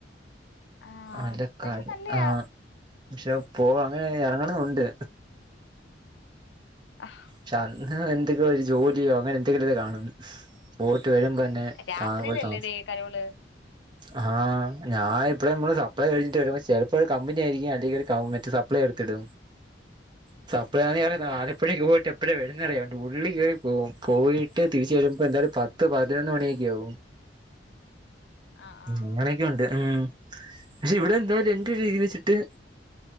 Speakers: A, on the left; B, on the right.
A: ആഹ്
B: അലക്കായ്
A: പക്ഷെ നല്ലയാ
B: ആ പക്ഷെ പോ അങ്ങനെ ഇറങ്ങണെന്നുണ്ട്
A: ആഹ്,
B: ക്ഷെ അന്ന് എന്തെങ്കിലോര് ജോലിയോ അങ്ങനെ എന്തെങ്കിലും ഇത് കാണും പോയിട്ട് വരുമ്പോ തന്നെ
A: രാത്രിയിലല്ലേടേ
B: താ താമസ്
A: കരോള്
B: ആ ഞാൻ ഇപ്പഴമ്മള് സപ്ലൈ കഴ്ഞ്ഞിട്ട് വരുമ്പോ ചെലപ്പോ ഒരു കമ്പനി ആയിരിക്കും അല്ലെങ്കിൽ മറ്റേ സപ്ലൈ എടുത്തിടും <unintelligible> ന്നാറിയണ്ട്
A: ഓ
B: ഉരുളി കേ പോവും പോയീട്ട് തിരിച്ച് വരുമ്പ എന്തായാലും പത്ത് പതിനൊന്ന് മണിയൊക്കെ ആവും
A: ആഹ് ആഹ്
B: അങ്ങനെയൊക്കെ ഉണ്ട് ഉം പക്ഷെ ഇവിടെ എന്തായാലും എന്റെ ഒര രീതി വെച്ചിട്ട്